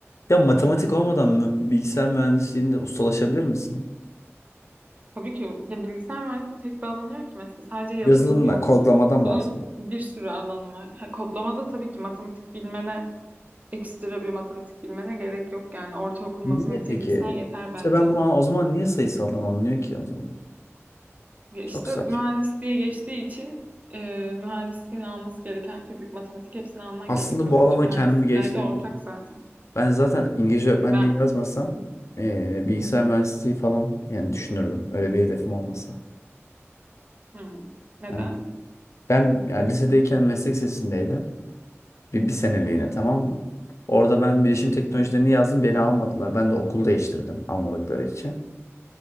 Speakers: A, on the left; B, on the right.
A: Ya matematik olmadan mı bilgisayar mühendisliğinde ustalaşabilir misin?
B: Tabii ki ya bilgisayar mühendisliğinin tek bir alanı yok ki mesela sadece yazılım
A: Yazılımla,
B: yok.
A: kodlamadan
B: Bunun
A: bahsediyorum.
B: bir sürü alanı var. Ha, kodlamada tabii ki matematik bilmene ekstra bir matematik bilmene gerek yok yani ortaokul
A: Niye
B: matematiği
A: peki?
B: bilsen yeter
A: İşte
B: bence.
A: ben bunu an- o zaman niye sayısaldan alınıyor ki o zaman?
B: Ya işte
A: Çok saçma.
B: mühendisliğe geçtiği için e, mühendisliğin alması gereken fizik, matematik hepsini alman
A: Aslında
B: gerekiyor.
A: bu
B: Bütün
A: alanda
B: mühendislikler
A: kendimi geliştirebilirim.
B: de ortak zaten.
A: Ben zaten İngilizce öğretmenliği
B: Ben
A: yazmasam eee, bilgisayar mühendisliği falan yani düşünürdüm. Öyle bir hedefim olmasa.
B: hmm, neden?
A: Evet. Ben yani lisedeyken meslek lisesindeydim. Bir, bir seneliğine
B: Hı hı,
A: tamam mı? Orada ben bilişim teknolojilerini
B: hı
A: yazdım. Beni almadılar. Ben de okul değiştirdim almadıkları için.